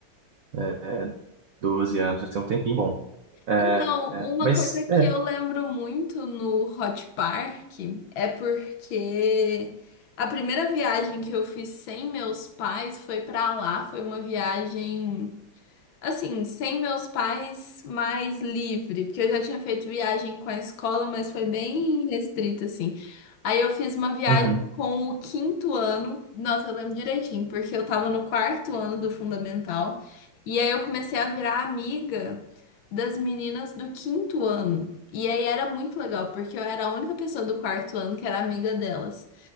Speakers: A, on the right; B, on the left.
A: é, 12 anos, já tem um tempinho bom. É,
B: Então,
A: é,
B: uma
A: mas,
B: coisa que
A: é,
B: eu lembro muito no Hot Park é porque a primeira viagem que eu fiz sem meus pais foi pra lá, foi uma viagem Assim, sem meus pais, mais livre, porque eu já tinha feito viagem com a escola, mas foi bem restrito, assim. Aí eu fiz uma viagem
A: uhum,
B: com o quinto ano, nossa, eu lembro direitinho, porque eu tava no quarto ano do fundamental, e aí eu comecei a virar amiga das meninas do quinto ano. E aí era muito legal, porque eu era a única pessoa do quarto ano que era amiga delas.